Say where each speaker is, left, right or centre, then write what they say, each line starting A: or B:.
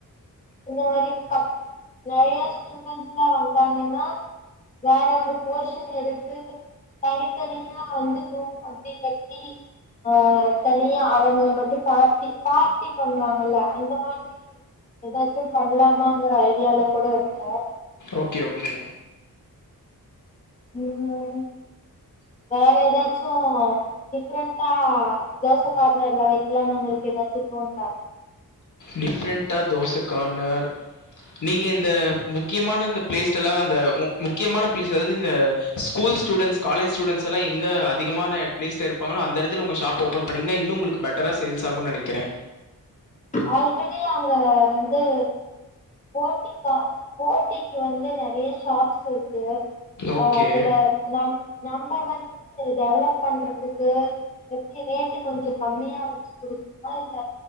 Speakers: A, on the left (about 20°); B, on the left (about 55°).
A: இந்த மாதிரி கப் நெறைய ஸ்டூடென்ஸ்லா வந்தாங்கன்னா வேற ஒரு போர்ஷன் எடுத்து தனித்தனியா வந்து ரூம் மாதிரி கட்டி ஆ தனியா அவங்கள மட்டு பார்ட்டி பார்ட்டி பண்ணுவாங்கல்ல அந்த மாதிரி எதாச்சு பண்ணலாமாங்குற ஐடியால கூட இருக்கோ
B: ஓகே ஓகே
A: ம் வேற எதாச்சு டிஃப்ரெண்டா தோச கார்னர்ல வைக்கலானு உங்களுக்கு எதாச்சி தோனுதா
B: டி ஃப்ரெண்ட்டா தோச கார்னர் நீங்க இந்த முக்கியமான இந்த பிளேஸ்ல்லா அந்த முக்கியமான பிளேஸ் அதாது இந்த ஸ்கூல்ஸூடென்ஸ் காலேஜ் ஸ்டூட்ஸ்ல்லா எங்க அதிகமான ப்ளேஸ்ல இருப்பாங்ளோ அந்த இடத்து உங்க ஸாப் ஓபன் பண்ணிங்ன்னா இன்னு உங்களுக்கு பெட்டரா சேல்ஸ் ஆகுனு நெனேக்கிறே
A: ஆல்ரெடி அங்க வந்து போட்டி கா போட்டிக்கு வந்து நறைய ஷாப்ஸ் இருக்கு
B: ஓகே
A: அ அதுல நம் நம்ம வந்து டெவலப் பண்றதுக்கு எப்டி ரேட்டு கொஞ்சோ கம்மியா வச்சு குடுத்தா இல்ல